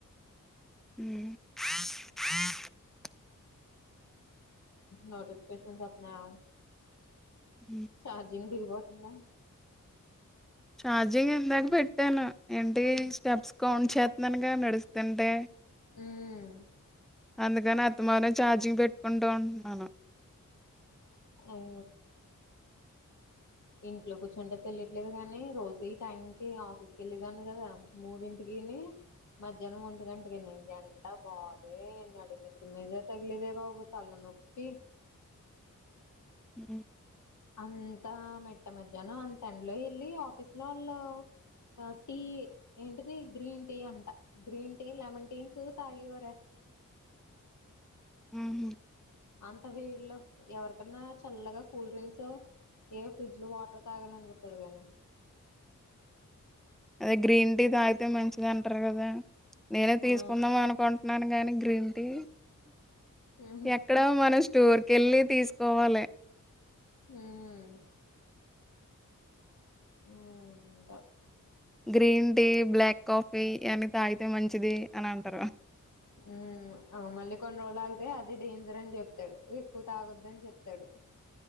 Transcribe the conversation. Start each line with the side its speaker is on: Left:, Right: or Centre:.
Centre: మ్
Left: నోటిఫికషన్స్ వస్తున్నాయా
Centre: హ్మ్.
Left: చార్జింగ్ ది పోతుందా
Centre: ార్జింగ్ ఇందాక పెట్టాను ఏంటి స్టెప్స్ కౌంట్ చేస్తున్నానుగాద నడుస్తుంటే
Left: మ్
Centre: అందుకని అత్తమనం ఛార్జింగ్ పెట్టుకుంటూ ఉంటున్నాను
Left: అం ఇంట్లో కూర్చుంటే తెలియట్లేదు కాని రోజు ఈ టైం కి ఆఫీస్ కేళ్ళేదాన్ని కదా మూడిన్ అంటికిని మధ్యాహ్నం ఒంటి గంటకి ని ఎండ బాబోయ్ నడి నెతిమీదే తగిలేదే బాబు తల్ నొప్పి
Centre: హ్మ్మ్
Left: అంతా మెట్ట మధ్యన అంత ఎండలో వెళ్ళలి ఆఫీస్ లో వాళ్ళు ఆ టీ ఏంటిది గ్రీన్ టీ అంట గ్రీన్ టీ లెమన్ టీ అని తాగివారే
Centre: హ్మ్మ్
Left: అంత వీళ్లో ఎవరికన్నా చల్లగా కూల్ డ్రింక్సో ఏవో ఫ్రిడ్జ్ లో వాటర్ తాగాలనిపితది గానీ
Centre: అదే గ్రీన్ టీ తాగితే మంచిది అంటారు కదా నేనే తీసుకుందాం
Left: ఆ
Centre: అనుకుంటున్నాను గాని గ్రీన్ టీ
Left: ఉహు
Centre: ఎక్కడ మన టోర్ కేళ్ళి తీసుకోవాలి
Left: హ్మ్మ్ ఓ ఉంటా
Centre: గ్రీన్ టీ బ్లాక్ కాఫీ ఇవన్న తాగితే మంచిది అని అంటార
Left: హ్మ్మ్ మళ్ళీ కొన్ని రోజులు ఆగితే అది డేంజర్ అని చెప్తాడు ఎక్కువ తాగద్ద అని చెప్తాడు